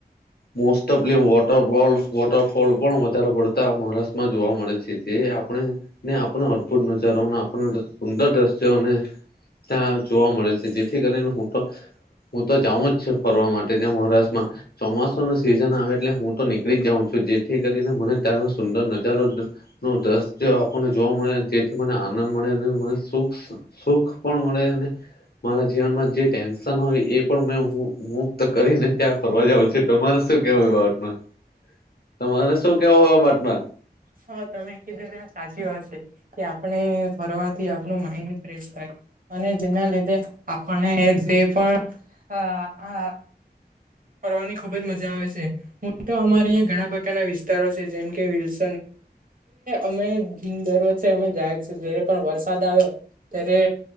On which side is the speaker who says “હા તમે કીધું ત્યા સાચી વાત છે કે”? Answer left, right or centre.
Right